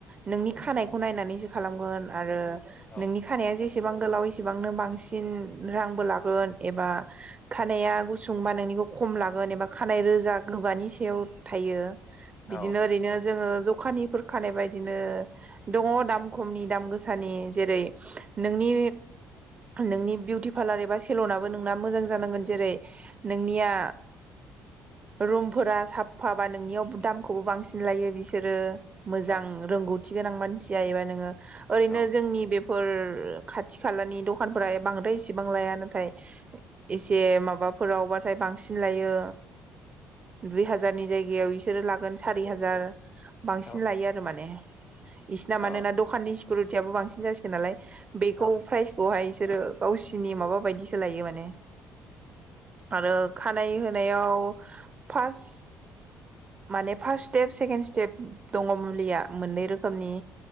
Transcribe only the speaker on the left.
औ
औ
औ
औ
औ
अ
औ अ